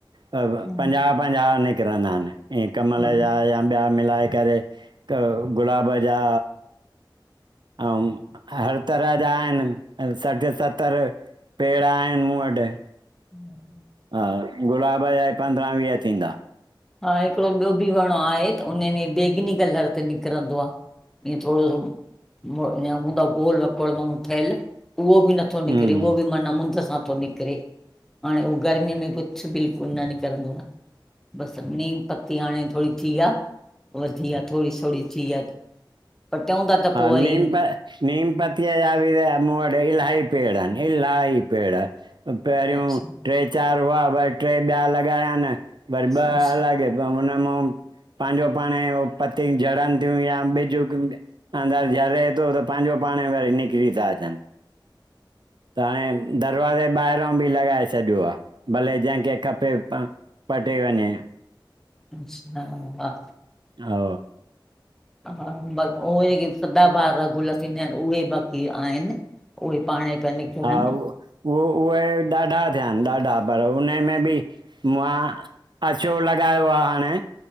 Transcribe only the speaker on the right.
पंजाह,
पंजाह निकिरंदा आहिनि। ईंअ कमल
जा या ॿिया मिलाए करे गुलाब जा अंउं हर तरह जा आहिनि सठि, सतरि पेड़ आहिनि मूं वटि
हा गुलाब जा ई पंद्रहां, वीह थींदा।
हम्म
हा
नीम
प नीम पति जया भी इ मूं वट इलाही। पेड़ आहिनि इलाही पेड़, पहिरियूं
टे चार हुआ बट टे ॿिया लॻाया आहिन, वरी ॿ
अलॻि सो हुन मोम पांजो पाणे हो पतिय झड़नदियूं या बिज अंदाज जरे थो त, पांजो पाण वरी निकिरी था अचनि। त हाणे दरवाजे ॿाहिरां बि लॻाए छॾियो आ भले। जंहिंखे खपे प पटे वञे।
हा।
हा उहो, उहे ॾाढा थियानि ॾाढा पर उनमें बि मां। अचो लॻायो आहे हाणे।